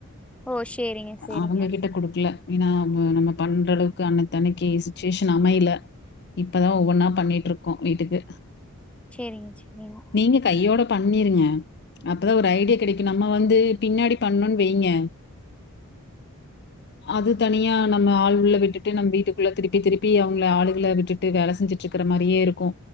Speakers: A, in the centre; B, on the left.
A: ஓ சேரிங்க சேரிங்க
B: அவங்க கிட்ட ஏன்னா ம நம்ம பண்ற அளவுக்கு அன்ததன்னைக்கு சுச்சுவேஷன் அமையல இப்பதா ஒவ்வொன்னா பண்ணிட்ருக்கோ வீட்டுக்கு
A: சேரிங்க சேரிங்க
B: நீங்க கையோட பண்ணிருங்க அப்பதா ஒரு ஐடியா கெடைக்கு நம்ம வந்து பின்னாடி பண்ணோன்னு வைங்க அது தனியா நம்ம ஆள் உள்ள விட்டுட்டு நம்ம வீட்டுக்குள்ள திருப்பி திருப்பி அவங்கள ஆளுகள விட்டுட்டு வேலை செஞ்சுட்டுருக்கற மாரியே இருக்கு